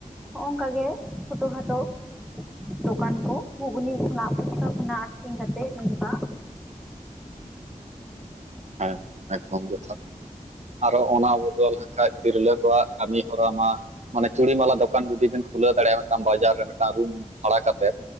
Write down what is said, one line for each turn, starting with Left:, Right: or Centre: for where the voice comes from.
Centre: ᱦᱚᱜᱼᱚᱝᱠᱟ ᱜᱮ, ᱪᱷᱳᱴᱳ ᱠᱷᱟᱴᱳ ᱫᱚᱠᱟᱱ ᱠᱚ ᱜᱷᱩᱜᱽᱱᱤ ᱠᱷᱚᱱᱟᱜ ᱯᱷᱩᱪᱠᱟ ᱠᱷᱚᱱᱟᱜ ᱟᱹᱠᱷᱨᱤᱧ ᱠᱟᱛᱮᱜ ᱱᱚᱝᱠᱟ᱾
Right: ᱦᱮᱸ, ᱮᱠᱫᱚᱢ ᱡᱚᱛᱷᱟᱛ ᱾ ᱟᱨᱚ ᱚᱱᱟ ᱵᱚᱫᱚᱞ ᱦᱟᱸᱜ ᱠᱷᱟᱡ ᱛᱤᱨᱞᱟᱹ ᱠᱚᱣᱟᱜ ᱠᱟᱹᱢᱤ ᱦᱚᱨᱟ ᱢᱟ ᱢᱟᱱᱮ, ᱪᱩᱲᱤ ᱢᱟᱞᱟ ᱫᱚᱠᱟᱱ ᱡᱩᱫᱤᱵᱤᱱ ᱠᱷᱩᱞᱟᱹᱣ ᱫᱟᱲᱮᱭᱟᱜᱼᱟ ᱢᱮᱫᱴᱟᱝ ᱵᱟᱡᱟᱨ ᱨᱮ ᱢᱮᱫᱴᱟᱝ ᱨᱩᱢ ᱵᱷᱟᱲᱟ ᱠᱟᱛᱮᱫ